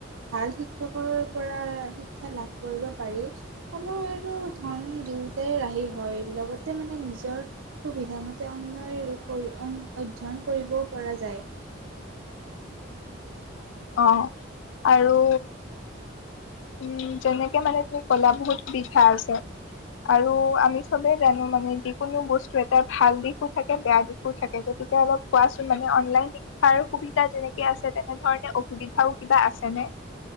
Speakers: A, on the right; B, on the left.
A: ভাল শিক্ষকৰ পৰা শিক্ষা লাভ কৰিব পাৰি সময় আৰু ধন দুয়োটাই ৰাহি হয় লগতে মানে নিজৰ সুবিধা মতে অন অধ্যয়ন কৰিব পৰা যায়।
B: অ' আৰু উম, যেনেকে মানে তুমি কলা বহুত বিষাই আছে। আৰু আমি চবেই জানো মানে যিকোনো বস্তু এটা ভাল দিশো থাকে, বেয়া দিশো থাকে যদি অলপ কোৱাচোন মানে অনলাইন শিক্ষাৰ সুবিধা যেনেকে আছে, তেনেধৰণে অসুবিধাও কিবা আছেনে।